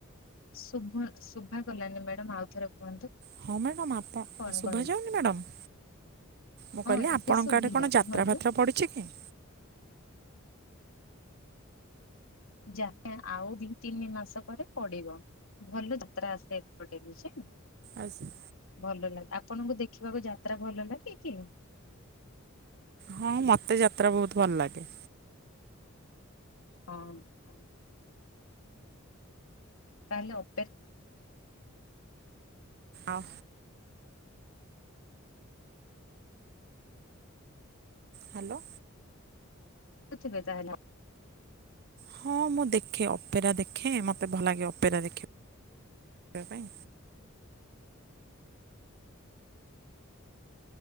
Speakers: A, on the left (about 75°); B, on the right (about 50°).
A: ଶୁଭ ଶୁଭା ଗଲାନି ମ୍ୟାଡ଼ାମ ଆଉଥରେ କୁହନ୍ତୁ।
B: ହଁ ମ୍ୟାଡ଼ାମ ଆପଣ
A: କଣ
B: ଶୁଭାଯାଉନି
A: କହିଲେ?
B: ମ୍ୟାଡ଼ାମ? ମୁଁ
A: ହଁ
B: କହିଲି
A: ଏବେ
B: ଆପଣଙ୍କ
A: ଶୁଭିଲା
B: ଆଡ଼େ କଣ
A: କୁହନ୍ତୁ
B: ଯାତ୍ରା ଫାତ୍ରା ପଡ଼ିଛି କି?
A: ଯାତ୍ରା ଆଉ ଦି ତିନି ମାସ ପରେ ପଡିବ। ଭଲ ଯାତ୍ରା ଆସେ ଏପଟେ ବୁଝିଲୁ।
B: ଆସ <inaudible>
A: ଭଲ ଲାଗେ ଆପଣଙ୍କୁ ଦେଖିବାକୁ ଯାତ୍ରା ଭଲ ଲାଗେ କି?
B: ହଁ ମତେ ଯାତ୍ରା ବହୁତ ଭଲ ଲାଗେ।
A: ହଁ। ହଁ ତାହେଲେ ଅପେ
B: ଆଉ। ହ୍ୟାଲୋ।
A: ଯାଉଥିବେ ତାହେଲେ।
B: ହଁ ମୁଁ ଦେଖେ ଅପେରା ଦେଖେ ମତେ ଭଲ ଲାଗେ ଅପେରା ଦେଖିବା ପାଇଁ।